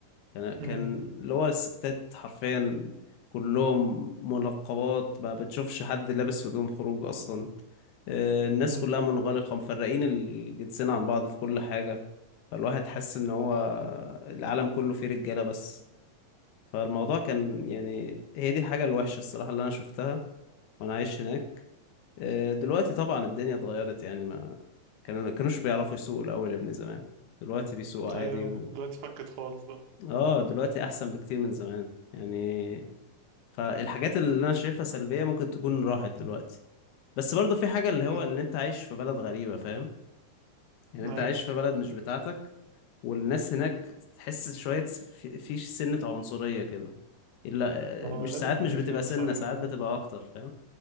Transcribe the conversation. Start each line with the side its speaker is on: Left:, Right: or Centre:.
Left: كان كان
Right: مم.
Left: اللي هو الستات حرفيا كلهم منقبات ما بتشوفش حد لابس هدوم خروج أصلا آه، الناس
Right: مم.
Left: كلها منغلقة مفرقين الجنسين عن بعض في كل حاجة فالواحد حس إن هو العالم كله فيه رجالة بس فالموضوع كان يعني هي دي الحاجة الوحشة الصراحة اللي أنا شفتها وأنا عايش هناك آه، دلوقتي طبعا الدنيا اتغيرت يعني ما كانوا كانوش بيعرفوا يسوقوا الأول يا ابني زمان دلوقتي بيسوقوا عادي
Right: ايوه دلوقتي فكت خالص بقى
Left: اه دلوقتي احسن بكتير من زمان يعني فالحاجات اللي انا شايفها سلبية ممكن تكون راحت دلوقتي بس برضو في حاجة اللي هو
Right: مم.
Left: ان انت عايش في بلد غريبة فاهم يعني انت
Right: ايوه
Left: عايش في بلد مش بتاعتك والناس هناك تحس شوية في في سنة عنصرية كده الا
Right: هو
Left: مش
Right: لازم
Left: ساعات مش
Right: يبقى
Left: بتبقى
Right: في عنصرية
Left: سنة ساعات بتبقى اكتر فاهم